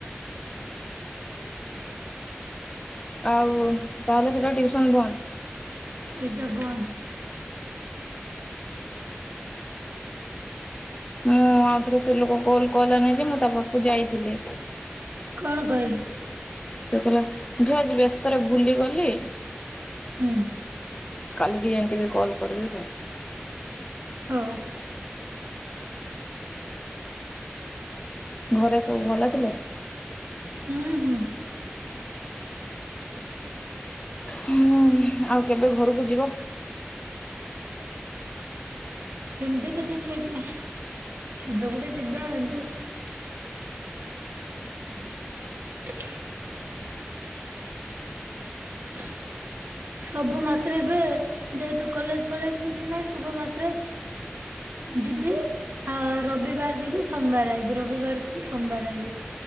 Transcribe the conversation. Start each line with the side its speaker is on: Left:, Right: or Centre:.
Left: ଆଉ, ତାହେଲେ ସେଟା ଟିଉସନ ବନ୍ଦ।
Right: ସେଇଟା ବନ୍ଦ।
Left: ମୁଁ ଆଉଥରେ ସେଲୋକ କଲ କଲାନି ଯେ ମୁଁ ତାପାଖକୁ ଯାଇଥିଲି।
Right: କଣ କହିଲ?
Left: ସେ କହିଲା, ଝିଅ ଆଜି ବ୍ୟସ୍ତରେ ବୁଲିଗଲି।
Right: ହୁଁ।
Left: କାଲିକି ଏମତି ବି କଲ୍ କରିବି ତ।
Right: ହଁ।
Left: ଘରେ ସବୁ ଭଲ ଥିଲେ?
Right: ଉଁ ହୁଁ।
Left: ହୁଁ, ଆଉ କେବେ ଘରକୁ ଯିବ?
Right: ସେମତି କିଛି ଠିକ ନାହିଁ, କେବେ ଗୋଟେ ଯିବା ଏମତି <inaudible> <inaudible> ସବୁ ମାସରେ ଏବେ, ଯେହେତୁ କଲେଜ ଫଲେଜ କିଛି ନାହିଁ, ସବୁ ମାସରେ ଯିବି, ଆ ରବିବାର ଯିବି ସୋମବାର ଆଇବି ରବିବାର ଯିବି ସୋମବାର ଆଇବି।